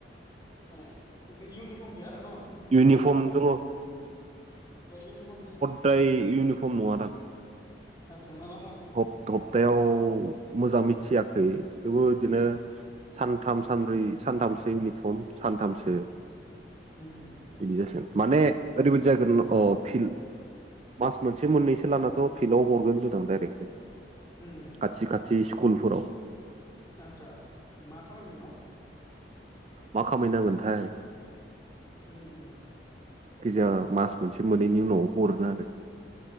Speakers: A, on the left; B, on the right.
A: उम इउनिफर्म गैय आरो न खेन्थु
B: इउनिफर्म
A: माबा ए
B: दङ
A: इउनिफर्म दोङो
B: ओय इउनिफर्म नङा दां
A: आतसा माला माला
B: हप हप्तायाव मोजां मिथियाखै थेवबो बिदिनो सानथाम सानब्रै सानथामसो इउनिफर्म सानथामसो
A: उम उम
B: बिदि जासिगोन माने ओरैबायदि जागोन अ फिल मास मोनसे मोननैसो लानाथ' फिल्डआव हरगोन होनदो दां डाइरेक्ट
A: उम
B: खाथि खाथि स्कुलफोराव
A: आदसा मा खामानि बेयाव?
B: मा खामै नांगोनथाय
A: ओम ओम
B: गिजा मास मोनसे मोननैनि उनाव हरो आरो